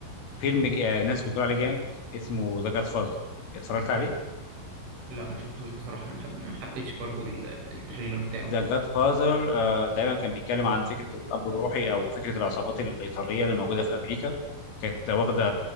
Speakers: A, on the left (about 80°); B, on the right (about 65°).
A: فيلم ج- آه، ناس بتقول عليه جامد اسمه ذا جاد فازر اتفرجت عليه
B: لا ما شفتوش بصراحه ما حب- ما حبيتش برضو ال- التريلر بتاعه
A: ذا
B: يعني
A: جاد فازر تقريبا كان بيتكلم عن فكره الاب الروحي او فكره العصابات الايطاليه اللي موجوده في امريكا كانت واخده